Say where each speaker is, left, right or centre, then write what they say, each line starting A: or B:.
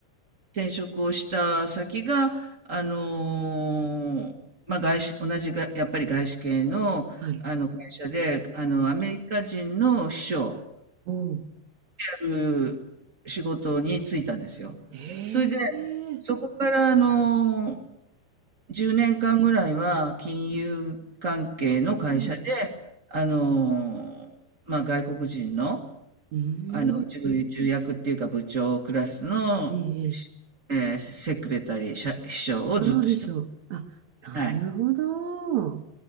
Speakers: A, on the right; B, on the right.
A: 転職をした先が、あのーまあ、外資、同じが、やっぱり外資系の、
B: はい。
A: あの会社で、あの、アメリカ人の秘書を
B: おお。
A: やる仕事に就いたんですよ。
B: ええ
A: それで、そこから、あのー10年間ぐらいは金融関係の会社で、
B: うん。
A: あのーまあ、外国人の、
B: うーん。
A: あの、重、重役っていうか部長クラスのし、
B: ええええ
A: えーセクレタリー、社秘書をずっとしてます。
B: ああー、衣装。あ、なるほど。
A: はい。